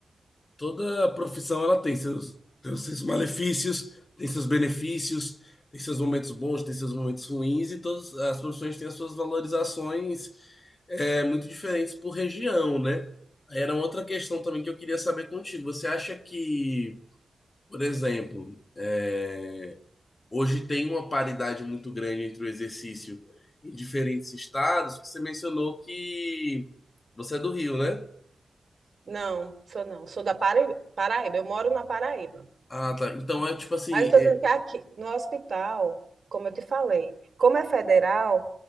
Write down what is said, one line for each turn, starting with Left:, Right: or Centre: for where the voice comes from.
Left: Toda profissão ela tem seus, tem seus malefícios, tem seus benefícios, tem seus momentos bons, tem seus momentos ruins, e todas as profissões têm as suas valorizações é, muito diferentes por região, né? Era uma outra questão também que eu queria saber contigo. Você acha que, por exemplo, é, Hoje tem uma paridade muito grande entre o exercício em diferentes estados, que você mencionou que você é do Rio, né?
Right: Não, sou não, sou da Paraí- Paraíba, eu moro na Paraíba.
Left: Ah, tá. Então é tipo assim.
Right: Mas eu estou
Left: e-
Right: dizendo que aqui, no hospital, como eu te falei, como é federal,